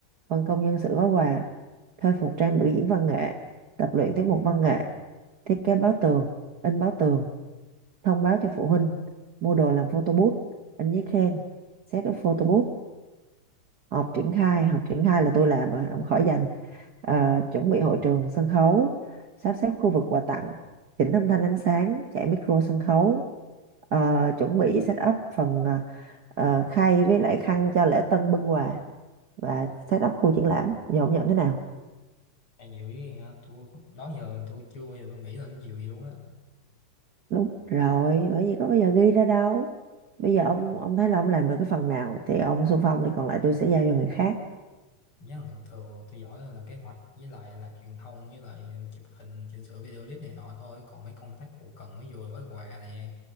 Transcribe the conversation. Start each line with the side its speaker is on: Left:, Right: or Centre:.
Right: phân công nhân sự gói quà, thuê phục trang biểu diễn văn nghệ, tập luyện tiết mục văn nghệ, thiết kế báo tường, in báo tường, thông báo cho phụ huynh, mua đồ làm photo booth, in giấy khen, set up photo booth, họp triển khai, họp triển khai là tôi làm rồi, ông khỏi dành. Ờ, chuẩn bị hội trường sân khấu, sắp xếp khu vực quà tặng, chỉnh âm thanh ánh sáng, chạy micro sân khấu, Ờ, chuẩn bị set up phần ờ, ờ, khay với lại khăn cho lễ tân bưng quà và set up khu triển lãm. Giờ ông nhận thế nào?
Left: ăn nhiều ý ha tôi đó giờ tôi chưa bao giờ tôi nghĩ đến nhiều vậy luôn á
Right: đúng rồi bởi vì có bây giờ ghi ra đâu bây giờ ông ông thấy là ông làm được cái phần nào thì ông xung phong thì còn lại tôi sẽ giao cho người khác
Left: nhớ là thường thường tôi giỏi là làm kế hoạch với lại làm truyền thông với lại chụp hình chỉnh sửa video clip này nọ thôi còn mấy công tác hậu cần ví dụ là gói quà này